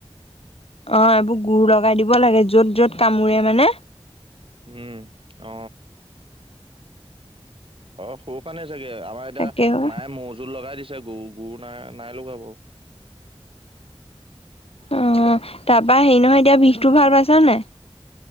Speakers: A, on the left; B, on the right.
A: অ এইবোৰ গুৰ লগাই দিব লাগে য'ত য'ত কামোৰে মানে
B: উম অ অ সৰু কাৰণে চাগে। আমাৰ এতিয়া
A: তাকে অ
B: মায়ে মৌ জুল লগাই দিছে, গও গও নাই নাই লগা বাও।
A: অ তাপা হেৰি নহয় এতিয়া বিষতো ভাল পাইছা নাই?